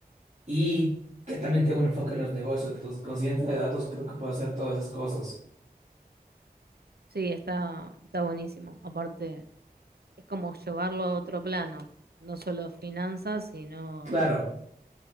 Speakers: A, on the right; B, on the right.
A: y que también tengo un enfoque en los negocios, entonces con ciencia de datos creo que puedo hacer todas esas cosas.
B: sí, está, está buenísimo. Aparte, es como llevarlo a otro plano, no solo finanzas, sino,
A: Claro,